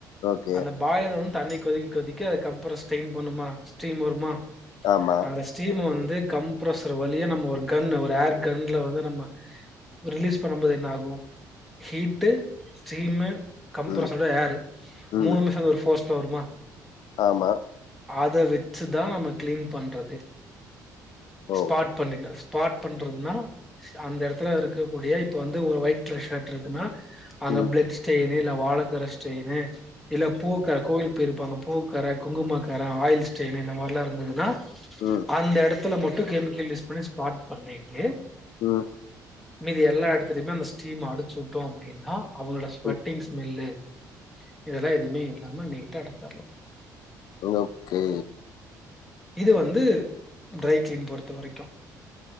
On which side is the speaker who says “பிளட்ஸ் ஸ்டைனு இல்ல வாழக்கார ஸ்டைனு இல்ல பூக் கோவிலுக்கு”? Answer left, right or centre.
Centre